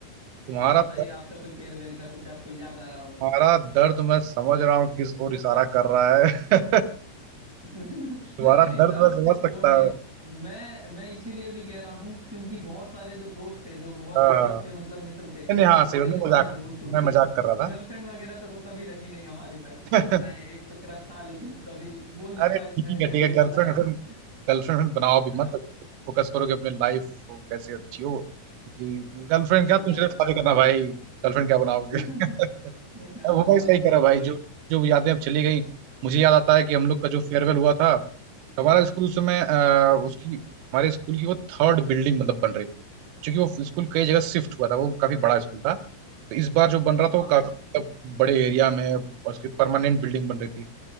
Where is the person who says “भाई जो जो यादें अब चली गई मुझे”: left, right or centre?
Right